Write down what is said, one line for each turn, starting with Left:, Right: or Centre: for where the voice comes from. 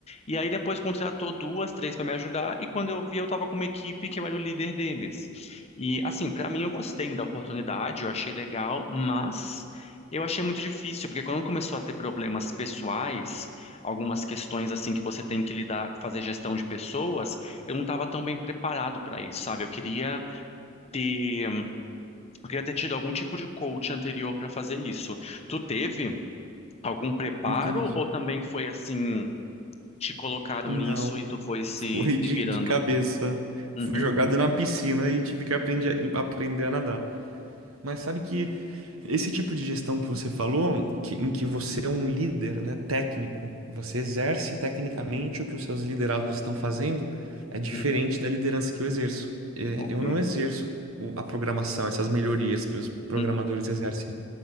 Left: E aí depois contratou duas, três para me ajudar. E quando eu vi, eu estava com uma equipe que eu era o líder deles. E assim, para mim, eu gostei da oportunidade, eu achei legal, mas. Eu achei muito difícil, porque quando começou a ter problemas pessoais, algumas questões assim que você tem que lidar, fazer gestão de pessoas, eu não estava tão bem preparado para isso, sabe? Eu queria ter, eu queria ter tido algum tipo de coach anterior para fazer isso. Tu teve algum preparo
Right: Entendi.
Left: ou também foi assim, te colocaram
Right: Não.
Left: nisso e tu foi
Right: <laughs>
Left: se,
Right: Foi
Left: se
Right: de,
Left: virando?
Right: de cabeça.
Left: Uhum,
Right: Fui jogado na piscina e tive que aprender, aprender a nadar. Mas sabe que esse tipo de gestão que você falou, que- em que você é um líder, né, técnico, você exerce tecnicamente o que os seus liderados estão fazendo, é
Left: uhum,
Right: diferente da liderança que eu exerço. É,
Left: ok.
Right: Eu não exerço o- a programação, essas melhorias que os programadores
Left: Uhum,
Right: exercem.